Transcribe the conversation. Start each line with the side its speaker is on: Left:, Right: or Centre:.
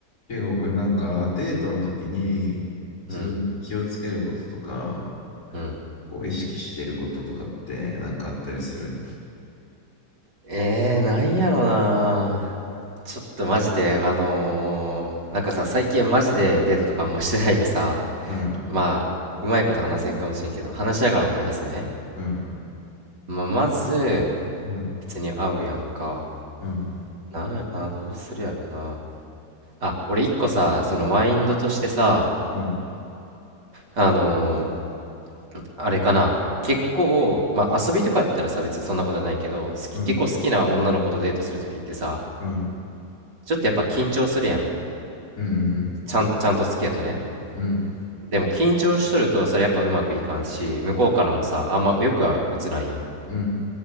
Left: ケイゴくんなんかデートの時に自分も気をつけることとか、
Right: うん。うん。
Left: こう意識していることとかってなんかあったりする
Right: えー、なんやろな。ちょっとマジで、あのーなんかさ、最近マジでデートとかあんましてないでさ、
Left: うん、
Right: まあ、うまいこと話せんかもしれんけど、話しながら思い出すね。
Left: うん、
Right: まあ、まず、
Left: うん、
Right: 普通に会うやんか。
Left: うん、
Right: な、な、どうするやろうな。あ、俺一個さ、そのマインドとしてさ、
Left: うん、
Right: あのーあれかな。結構、まあ遊びとかやったらさ、別にそんなことはないけど、好き、
Left: うん、
Right: 結構好きな女の子とデートするときってさ、
Left: うん、うん、
Right: ちょっとやっぱ緊張するやん。
Left: うん、
Right: ちゃん、ちゃんと好きやとね。
Left: うん、
Right: でも緊張しとるとそれやっぱうまくいかんし、向こうからもさ、あんまよくは映らんやん。
Left: うん、